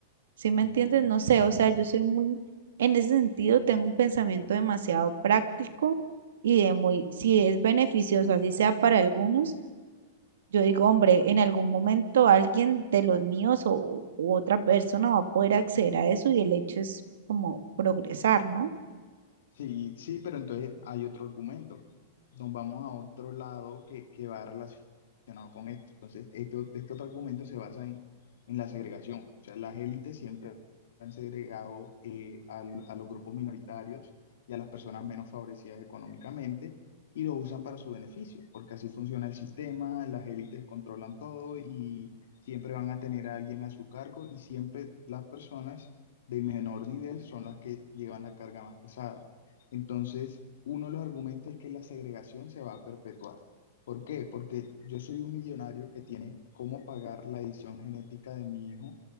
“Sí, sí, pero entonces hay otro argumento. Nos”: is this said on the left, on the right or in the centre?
Left